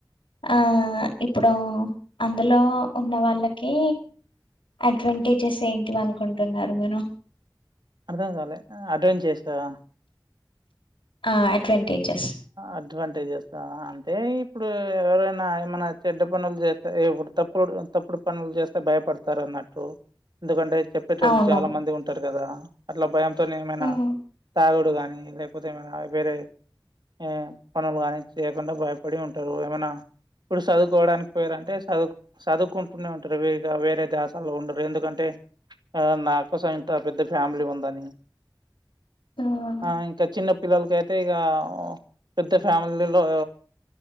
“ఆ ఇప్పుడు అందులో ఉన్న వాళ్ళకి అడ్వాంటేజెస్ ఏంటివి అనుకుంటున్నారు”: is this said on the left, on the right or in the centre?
Left